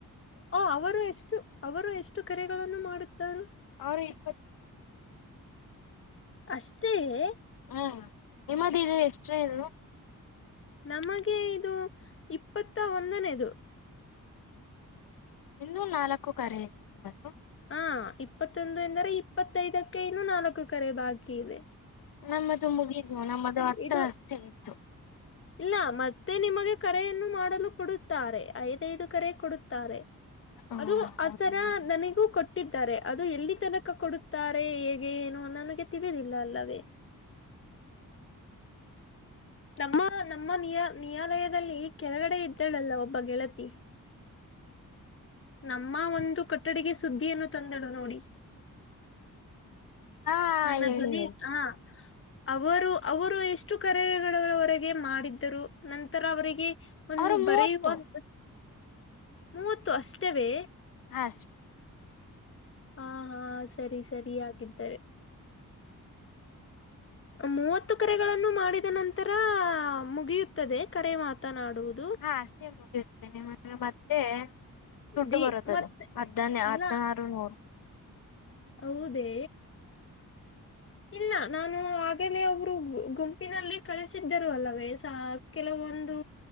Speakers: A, on the left; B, on the left.
A: ಓ ಅವರು ಎಸ್ ತು ಅವರು ಎಷ್ಟು ಕೆರೆಗಳನ್ನು ಮಾಡುತ್ತಾರೊ.
B: ಅವರು ಇಪ್ಪತ್ತು.
A: ಅಷ್ಟೇಯೆ.
B: ಹು ನಿಮ್ಮದು ಈಗ ಎಷ್ಟ್ರ ಇದು.
A: ನಮಗೆ ಇದು ಇಪ್ಪತ್ತ ಒಂದನೇದು.
B: ಇನ್ನು ನಾಲ್ಕು ಕರೆ ಬಂದ್ವು.
A: ಹಾ ಇಪ್ಪತ್ತೊಂದು ಎಂದರೆ ಇಪ್ಪತ್ತೈದಕ್ಕೆ ಇನ್ನು ನಾಲ್ಕು ಕರೆ ಬಾಕಿ ಇವೆ.
B: ನಮ್ಮದು ಮುಗಿದು ನಮ್ಮದು ಹತ್ತ
A: ಇದು
B: ಅಷ್ಟೇ ಇತ್ತು.
A: ಇಲ್ಲ ಮತ್ತೆ ನಿಮಗೆ ಕರೆಯನ್ನು ಮಾಡಲು ಕೊಡುತ್ತಾರೆ ಐದೈದು ಕರೆ ಕೊಡುತ್ತಾರೆ.
B: ಹ
A: ಅದು ಆತರಾ
B: ಹೌದಾ
A: ನನಗೂ ಕೊಟ್ ಟ್ಟಿದ್ದಾರೆ ಅದು ಎಲ್ಲಿ ತನಕ ಕೊಡುತ್ತಾರೆ. ಹೇಗೆ ಏನು ನನಗೆ ತಿಳಿದಿಲ್ಲ ಅಲ್ಲವೇ ನಮ್ಮ ನಮ್ಮ ನಿಯ ನಿನ್ಯಾಯಾಲಯದಲ್ಲಿ ಕೆಳಗಡೆ ಇದ್ದಳಲ್ಲ ಒಬ್ಬ ಗೆಳತಿ ನಮ್ಮ ಒಂದು ಕೊಟ್ಟಡಿಗೆ ಸುದ್ದಿಯನ್ನು ತಂದಳು ನೋಡಿ.
B: ಹಾ
A: ನನ್ನ
B: ಹೇಳಿ
A: ಧ್ವನಿ
B: ಹೇಳಿ
A: ಹಾ ಅವರು ಅವರು ಎಷ್ಟು ಕರೆಗಳವರೆಗೆ ಮಾಡಿದ್ದರು ನಂತರ ಅವರಿಗೆ ಒಂದು
B: ಅವರು ಮೂವತ್ತು.
A: ಬರೆಯುವಂತ ಮೂವತ್ತು ಅಷ್ಟವೇ
B: ಹಾ ಚ್
A: ಹಾ ಹಾ ಸರಿ ಸರಿ ಆಗಿದ್ದರೆ. ಮೂವತ್ತು ಕರೆಗಳನ್ನು ಮಾಡಿದ ನಂತರ ಮುಗಿಯುತ್ತದೆ ಕರೆ ಮಾತನಾಡುವುದು.
B: ಹಾ ಅಷ್ಟೇ ಮುಗಿಯುತ್ತೆ ನಿಮ್ಮ ನ ಮತ್ತೆ. ದುಡ್ಡು
A: ದಿ
B: ಬರುತ್ತದೆ
A: ಮತ್ತೆ
B: ಹದ್ದನ್ನ
A: ಅಲ್ಲ
B: ಹದ್ನಾರು ನೂರು.
A: ಹೌದೇ ಇಲ್ಲ ನಾನು ಆಗೆಲೇ ಒಬ್ರು ಗುಂಪಿನಲ್ಲಿ ಕಳಿಸಿದ್ದರು ಅಲ್ಲವೇ ಸ ಕೆಲವೊಂದು.